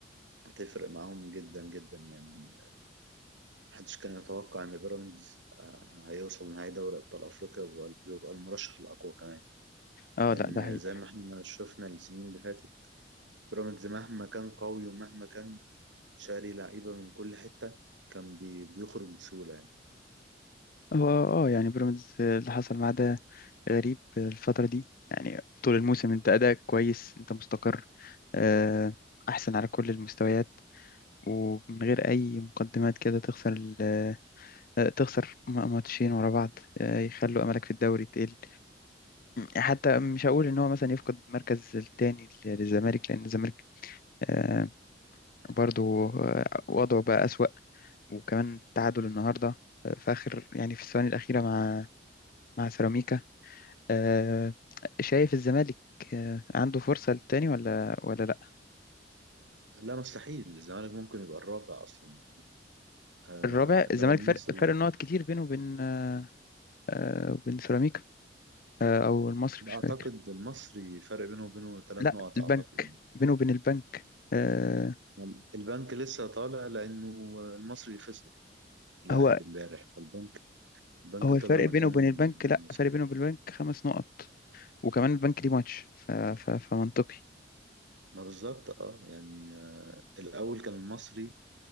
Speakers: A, on the right; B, on the left.
A: هتفرق معاهم جدا جدا يعني محدش كان يتوقع ان بيراميدز آه، هيوصل نهائي دوري ابطال افريقيا ويبقى ويبقى المرشح الاقوى كمان
B: اه
A: لان
B: لا ده حقيقي
A: زي ما احنا شفنا السنين اللي فاتت بيراميدز مهما كان قوي ومهما كان شاري لعيبة من كل حتة كان بي- بيخرج بسهولة يعني
B: هو اه يعني بيراميدز اللي حصل معاه ده غريب الفترة دي يعني طول الموسم انت أداءك كويس انت مستقر آه، أحسن على كل المستويات ومن غير أي مقدمات كده تخسر ال- آه، تخسر م- ماتشين ورا بعض آه، يخلوا أملك في الدوري تقل حتى مش هقول إن هو مثلا يفقد المركز التاني للزمالك لأن الزمالك آه، برضو آه، وضعه بقى أسوأ وكمان تعادل النهاردة آه، في آخر يعني في الثواني الأخيرة مع مع سيراميكا آه، شايف الزمالك آه، عنده فرصة للتاني ولا ولا لا
A: لا مستحيل الزمالك ممكن يبقى الرابع أصلا يعني. آه
B: الرابع الزمالك
A: لو المصري
B: فرق فرق نقط كتير بينه وبين آه، آه، وبين سيراميكا آه، او المصري
A: لا
B: مش فاكر
A: أعتقد المصري فرق بينه وبينه ثلاث
B: لا
A: نقط
B: البنك
A: أعتقد
B: بينه وبين البنك آه،
A: يعني. البنك لسه طالع لأنه المصري خسر الأهلي
B: هو
A: امبارح فالبنك البنك
B: هو
A: طلع
B: الفرق
A: مكان
B: بينه وبين
A: المصري
B: البنك لا فرق بينه وبين البنك خمس نقط وكمان البنك ليه ماتش ف- ف- فمنطقي
A: ما بالظبط اه يعني آه، الأول كان المصري